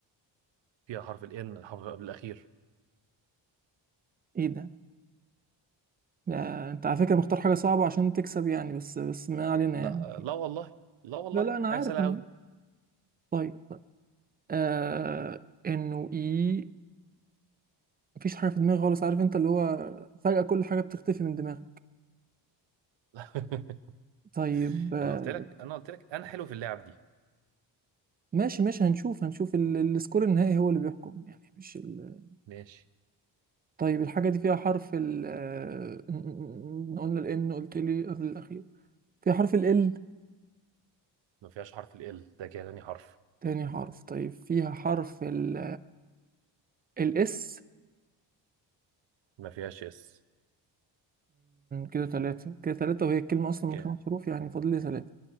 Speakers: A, on the right (about 70°); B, on the right (about 20°).
A: فيها حرف الإن الحرف قبل الأخير
B: ايه ده؟ لا انت على فكرة مختار حاجة صعبة عشان تكسب يعني بس بس ما علينا يعني
A: لا آه، لا والله لا والله
B: لا لا انا
A: حاجة
B: عارف
A: سهلة
B: انا
A: أوي
B: عارف. طيب طيب. آه انه اي مفيش حاجة في دماغي خالص عارف انت اللي هو فجأة كل حاجة بتختفي من دماغي
A: <laughs>
B: طيب آه
A: أنا قلت لك أنا قلت لك أنا حلو في اللعب دي
B: ماشي ماشي هنشوف هنشوف ال- السكور النهائي هو اللي بيحكم يعني مش ال...
A: ماشي
B: طيب الحاجة دي فيها حرف ال آه، م- م- م- قلنا ال N قلت لي قبل الأخير فيها حرف ال L
A: ما فيهاش حرف ال L، ده كده تاني حرف
B: تاني حرف طيب فيها حرف ال الاس
A: ما فيهاش اس
B: كده ثلاثة كده ثلاثة وهي الكلمة أصلا من
A: كده
B: خمس حروف يعني فاضل لي ثلاثة